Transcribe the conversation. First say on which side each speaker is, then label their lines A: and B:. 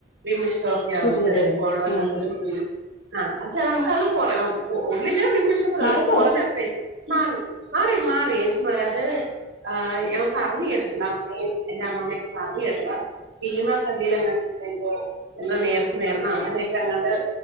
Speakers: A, on the right; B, on the left.
A: വിമിഷ്ട്ടാ
B: ബുദ്ധിമുട്ട്
A: ചെറിയൊരു
B: വരും
A: <unintelligible> ന്ന്
B: ഉം
A: കത് ആ പക്ഷെ നമുക്ക്ത് കൊ ഉള്ളിലെ വി എനിക്ക്
B: മാറിക്കോളും
A: പുറ എത്ര മാറി മാറി മാറി എനിക്ക് മാറി അത് ആ ഞാൻ പറഞ്ഞ് കേട്ടിട്ട് അമ്മയും എന്റെ അമ്മമ്മ ഒക്കെ പറഞ്ഞ് കേട്ടതാ ഭീമ പള്ളില് എങ്ങണ്ടോ എന്തോ നേർച്ച നേർന്ന് അങ്ങനെയൊക്കെ എങ്ങാണ്ട്